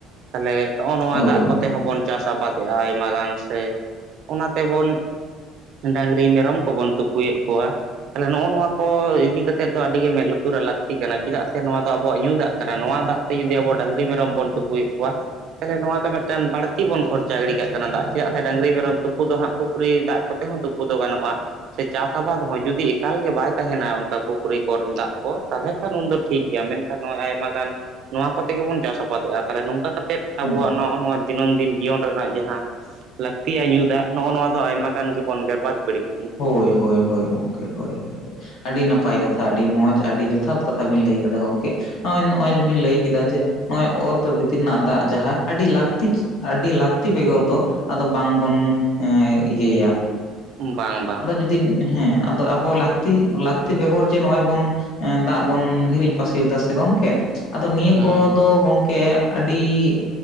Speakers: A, on the right; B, on the left.
A: ᱛᱟᱦᱟᱞᱮ ᱱᱚ ᱱᱚᱣᱟ
B: ᱦᱳᱭ
A: ᱫᱟᱜ
B: ᱜᱚᱝᱠᱮ
A: ᱠᱚᱛᱮ ᱦᱚᱸᱵᱚᱱ ᱪᱟᱥ ᱟᱵᱟᱫ ᱮ ᱟ ᱟᱭᱢᱟ ᱜᱟᱱ ᱥᱮ ᱚᱱᱟ ᱛᱮᱵᱚᱱ ᱰᱟᱹᱝᱨᱤ ᱢᱮᱨᱚᱢ ᱠᱚᱵᱚᱱ ᱛᱩᱯᱩᱭᱮᱫ ᱠᱚᱣᱟ ᱛᱟᱦᱚᱞᱮ ᱱᱚ ᱱᱚᱣᱟ ᱠᱚ ᱤᱫᱤ ᱠᱟᱛᱮ ᱫᱚ ᱟᱹᱰᱤᱜᱮ ᱢᱮᱸᱫ ᱞᱩᱛᱩᱨᱟᱜ ᱞᱟᱹᱠᱛᱤ ᱠᱟᱱᱟ ᱪᱮᱫᱟᱜ ᱥᱮ ᱱᱚᱣᱟ ᱫᱚ ᱟᱵᱚᱣᱟᱜ ᱧᱩ ᱫᱟᱜ ᱠᱟᱱᱟ ᱱᱚᱣᱟ ᱫᱟᱜ ᱛᱮ ᱡᱩᱫᱤ ᱟᱵᱚ ᱰᱟᱹᱝᱨᱤ ᱢᱮᱨᱚᱢ ᱵᱚᱱ ᱛᱩᱯᱩᱭᱮᱫ ᱠᱚᱣᱟ ᱛᱟᱦᱚᱞᱮ ᱱᱚᱣᱟ ᱫᱚ ᱢᱤᱫᱴᱟᱝ ᱵᱟᱹᱲᱛᱤ ᱵᱚᱱ ᱠᱷᱚᱨᱪᱟ ᱜᱤᱰᱤ ᱠᱟᱜ ᱠᱟᱱᱟ ᱫᱟᱜ ᱪᱮᱫᱟᱜ ᱥᱮ ᱰᱟᱹᱟᱝᱨᱤ ᱢᱮᱨᱢ ᱫᱚᱢ ᱛᱩᱯᱩ ᱫᱚ ᱦᱟᱸᱜ ᱯᱩᱠᱷᱨᱤ ᱫᱟᱜ ᱠᱚᱛᱮ ᱦᱚᱸ ᱛᱩᱯᱩ ᱫᱚ ᱜᱟᱱᱚᱜ ᱟ ᱥᱮ ᱪᱟᱥ ᱟᱵᱟᱫ ᱦᱚᱸ ᱡᱩᱫᱤ ᱮᱠᱟᱞ ᱜᱮ ᱵᱟᱭ ᱛᱟᱦᱮᱱᱟ ᱚᱱᱠᱟ ᱯᱩᱠᱷᱨᱤ ᱠᱚᱨᱮᱱ ᱫᱟᱜ ᱠᱚ ᱛᱟᱦᱚᱞᱮ ᱠᱷᱟᱱ ᱩᱱᱫᱚ ᱴᱷᱤᱠ ᱜᱮᱭᱟ ᱢᱮᱱᱠᱷᱟᱱ ᱱᱚᱣᱟ ᱟᱭᱢᱟ ᱜᱟᱱ ᱱᱚᱣᱟ ᱠᱚᱛᱮᱜᱮ ᱵᱚᱱ ᱪᱟᱥ ᱟᱵᱟᱫᱮᱜ ᱟ ᱛᱟᱦᱚᱞᱮ ᱱᱚᱝᱠᱟ ᱠᱟᱛᱮ ᱛᱮᱫ ᱟᱵᱚᱣᱟᱜ
B: ᱦᱳᱭ
A: ᱱᱚ ᱱᱚᱣᱟ ᱫᱤᱱᱟᱢ ᱫᱤᱱ ᱡᱤᱭᱚᱱ ᱨᱮᱱᱟᱜ ᱡᱟᱦᱟᱸ ᱛᱤᱭᱟᱜ ᱧᱩ ᱫᱟᱜ ᱱᱚᱜᱼᱚ ᱱᱚᱣᱟ ᱫᱚ ᱟᱭᱢᱟ ᱜᱟᱱ ᱜᱮᱵᱚᱱ ᱵᱮᱨᱵᱟᱫᱽ ᱜᱤᱬᱤ
B: ᱦᱳᱭ ᱦᱳᱭ ᱦᱳᱭ ᱜᱚᱢᱠᱮ ᱦᱳᱭ ᱦᱳᱭ ᱾ ᱟᱹᱰᱤ ᱱᱟᱯᱟᱭ ᱠᱟᱛᱷᱟ ᱟᱹᱰᱤ ᱢᱚᱸᱡᱽ ᱟᱹᱰᱤ ᱡᱚᱛᱷᱟᱛ ᱠᱟᱛᱷᱟ ᱵᱤᱱ ᱞᱟᱹᱭ ᱠᱟᱫᱟ ᱜᱚᱝᱠᱮ ᱾ ᱦᱚᱸ ᱱᱚᱜᱼᱚᱭ ᱡᱮ ᱵᱤᱱ ᱞᱟᱹᱭ ᱠᱮᱫᱟ ᱡᱮ ᱱᱚᱜᱼᱚᱭ ᱚᱛ ᱵᱷᱤᱛᱤᱨ ᱨᱮᱱᱟᱜ ᱫᱟᱜ ᱡᱟᱦᱟᱸ ᱟᱹᱰᱤ ᱞᱟᱹᱠᱛᱤ ᱠᱤ? ᱟᱹᱰᱤ ᱞᱟᱹᱠᱛᱤ ᱵᱮᱜᱚᱨ ᱫᱚ ᱟᱫᱚ ᱵᱟᱝᱵᱚᱱ ᱮᱸ ᱤᱭᱟᱹᱭᱟ ᱾
A: ᱵᱟᱝ ᱵᱟᱝ ᱾
B: ᱫᱤᱱ ᱦᱮᱸ ᱟᱫᱚ ᱟᱵᱚ ᱞᱟᱹᱠᱛᱤ ᱞᱟᱹᱠᱛᱤ ᱵᱮᱜᱚᱨ ᱡᱮ ᱱᱚᱜᱼᱚᱭ ᱵᱚᱱ ᱫᱟᱜ ᱵᱚᱱ ᱦᱤᱨᱤᱡ ᱯᱟᱹᱥᱤᱨ ᱫᱟ ᱥᱮ ᱜᱚᱝᱠᱮ ᱟᱫᱚ ᱱᱤᱭᱟᱹ
A: ᱦᱩᱸ
B: ᱠᱚᱫᱚ
A: ᱦᱩᱸ
B: ᱜᱚᱝᱠᱮ ᱟᱹᱰᱤ